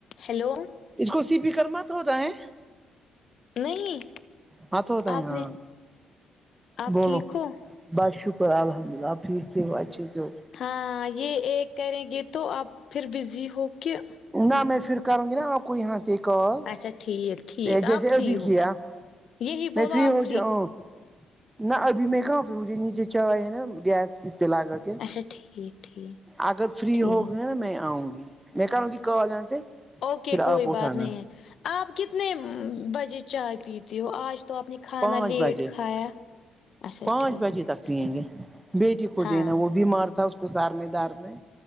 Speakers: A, on the left; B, on the right.
A: hello
B: اس کو C P کرما تو ہوتا ہے
A: نہیں
B: ہاں تو ہوتا
A: آپ
B: ہے ہ
A: نے آپ
B: بولو
A: ٹھیک ہو
B: بس شکر الحمد ل اللہ آپ ٹھیک سے ہو اچھے سے ہو
A: ہاں یہ ایک کریں گے تو اب پھر بزی ہو کے
B: نہ میں پھر کروں گی نا آپ کو یہاں سے کال
A: اچھا ٹھیک ٹھیک
B: جیسے
A: آپ فری
B: ابھی
A: ہو
B: کیا
A: یہی
B: میں
A: بولو
B: فری
A: آپ
B: ہو جاؤ ہ نہ ابھی میں کہاں پھر مجھے نیچے چائےائے ہے نا گیس اس پہ لا کر کے
A: اچھا ٹھیک ٹھیک
B: اگر فری
A: ٹھیک
B: ہو گا نا میں آؤں گی میں کرونگی کال یہاں سے
A: اوکے
B: پھر آپ
A: کوئی
B: اٹھانا
A: بات نہیں ہے آپ کتنے بجے چائے پیتی ہو آج تو آپ نے کھانا
B: پانچ
A: لیٹ
B: بجے
A: کھایا اچھا
B: پانچ
A: ٹھیک
B: بجے تک لیں گے بیٹی کو
A: ہاں
B: دینا وہ بھی مارتا اس اس کو سر میں درد ہے